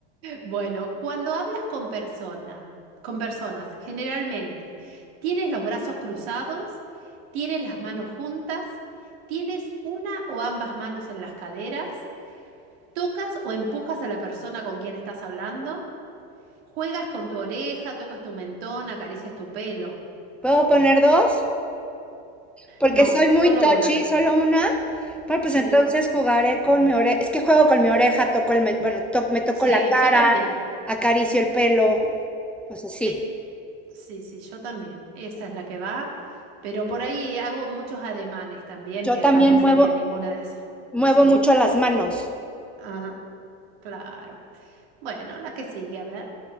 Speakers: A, on the right (about 75°); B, in the centre.
A: Bueno, cuando hablas con personas, con personas, generalmente, ¿tienes los brazos cruzados? ¿Tienes las manos juntas? ¿Tienes una o ambas manos en las caderas? ¿Tocas o empujas a la persona con quien estás hablando? ¿Juegas con tu oreja, tocas tu mentón, acaricias tu pelo?
B: ¿Puedo poner dos? Porque
A: No,
B: soy muy
A: solo
B: touchy,
A: una.
B: solo una. Bueno, pues
A: Sí,
B: entonces jugaré con mi oreja. Es que juego con mi oreja, toco el, me- bueno, to- me toco
A: sí,
B: la cara,
A: yo también.
B: acaricio el pelo, o sea, sí.
A: Sí. Sí, sí, yo también. Esa es la que va. Pero por ahí hago muchos ademanes también,
B: Yo
A: que
B: también
A: acá no sería
B: muevo,
A: ninguna de esas.
B: muevo
A: Sí,
B: mucho las manos.
A: ajá, claro. Bueno, la que sigue, a ver.